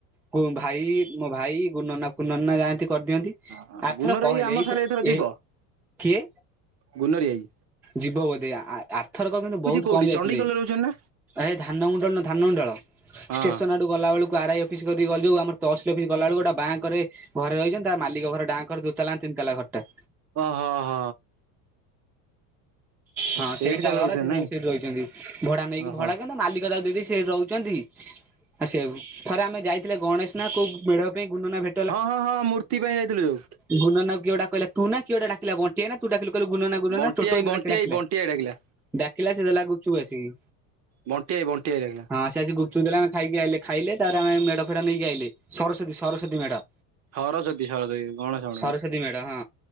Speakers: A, in the centre; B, on the right.
A: ଓ ଭାଇ ମୋ ଭାଇ। କଉ ନନା କଉ ନନା ଯାଆନ୍ତି କରିଦିଅନ୍ତି
B: ହଁ
A: ଆର
B: ଗୁନର
A: ଥର କଣ
B: ଆଇ
A: ହେଲେ
B: ଆମ
A: ଏଇ
B: ସାଙ୍ଗରେ
A: ଥ
B: ଏଥର ଯିବ
A: ଏଇ କିଏ।
B: ଗୁନରି ଭାଇ।
A: ଯିବ ବୋଧେ ଏ ଆ-ଆ-ଆଥରକ କିନ୍ତୁ ବହୁତ
B: କୋଉଠି
A: କମ ଯାଇଥିଲେ
B: ଚଣ୍ଡିଖୋଲରେ
A: ଏ
B: ରହୁଛନ୍ତି ନା?
A: ଧାନ ମୁୁଣ୍ଡଳ ନୁହ ଧାନ ମୁୁଣ୍ଡଳ।
B: ହଁ।
A: ଷ୍ଟେସନ ଆଡୁ ଗଲା ବେଳକୁ ଆର ଆଇ ଅଫିସ କରି ଗଲି ଯଉ ଆମର ତହସିଲ ଅଫିସ ଗଲା ବେଳକୁ ଗୋଟେ ବାଁ କରେ। ଘରେ ରହିଛନ୍ତି ତା ମାଲିକ ଘର ଡ଼ାଁ କର ଦୁଇ ତାଲା ତିନି ତାଲା ଘରଟା।
B: ଓ ହ ହ।
A: ହଁ
B: ସେଇଠି
A: ସେଇଟା
B: ତାହେଲେ
A: ଘର
B: ରହୁଛନ୍ତି
A: ସେ ସେ
B: ନାଇଁ।
A: ସେଇଠି ରହିଛନ୍ତି ଭଡା ନେଇକି
B: ଓହୋ।
A: ଭଡା କଣ ତା ମାଲିକ ତାକୁ ଦେଇ ଦେଇଛି ସିଏ ସେଠି ରହୁ ଚନ୍ତି ଆ ସେୟାକୁ ଥରେ ଆମେ ଯାଇଥିଲେ ଗଣେଶ ନା କୋଉ ମେଢ ପାଇଁ ଗୁଡ ନନା ଭେ
B: ହଁ ହଁ ହଁ ମୂର୍ତ୍ତି ପାଇଁ ଯାଇଥିଲୁ ଯୋଉ।
A: ଘୁଡ ନନା କୁ କିଏ ଗୋଟା କହିଲା ତୁ ନା କିଏ ଗୋଟେ ଡାକିଲା ବ ବଣ୍ଟି ଭାଈ ନା ତୁ ଡାକିଲୁ କହିଲୁ ଗୁ ନନା ଗୁ ନନା
B: ବଣ୍ଟି
A: ଟୋଟୋ
B: ଆଇ
A: ଏମିତି
B: ବଣ୍ଟି
A: ଗୋଟେ କିଏ ଡାକିଲା
B: ଆଇ ବଣ୍ଟି ଆଇ ଡାକିଲା
A: ଡାକିଲା ସେ ଦେଲା ଗୁପଚୁପ ଆସିକି।
B: ବଣ୍ଟି ଭାଈ ବଣ୍ଟି ଭାଇ ଡ଼ାକିଲା।
A: ହଁ ସେ ଆସି ଗୁପଚୁପ ଦେଲା ଆମେ ଖାଇକି ଆଇଲେ ଖାଇଲେ ତାପରେ ଆମେ ମେଢ ଫେଢ ନେଇକି ଆଇଲେ ସରସ୍ଵତୀ ସରସ୍ୱତୀ ମେଢ।
B: ସରସ୍ୱତୀ ସରସ୍ୱତୀ ଗଣେଶ ମେଢ଼
A: ସରସ୍ଵତୀ
B: ନୁହେଁ।
A: ମେଢ ହଁ